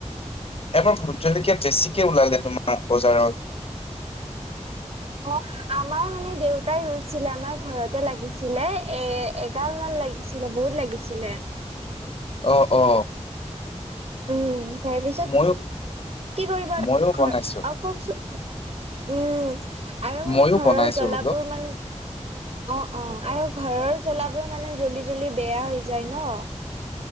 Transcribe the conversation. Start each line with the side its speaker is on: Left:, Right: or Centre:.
Left: এবাৰ ভোট জলকীয়া বেছিকে ওলালে তোমাৰ বজাৰত।
Right: অ আমাৰ মানে দেউতাই ৰুইছিলে আমাৰ ঘৰতে লাগিছিলে এ এগাল মান লাগিছিলে বহুত লাগিছিলে।
Left: অ অ।
Right: উম তাৰপিছত
Left: ময়ো
Right: কি কৰিব অ
Left: ময়ো বনাইছো
Right: কৱকচোন? উম আৰু মানে
Left: ময়ো
Right: ঘৰৰ
Left: বনাইছো
Right: জ্বলাবোৰ
Left: বোলো
Right: মান অ অ আৰু ঘৰৰ জ্বলাবোৰ মানে জলি জলি বেয়া হৈ যায় ন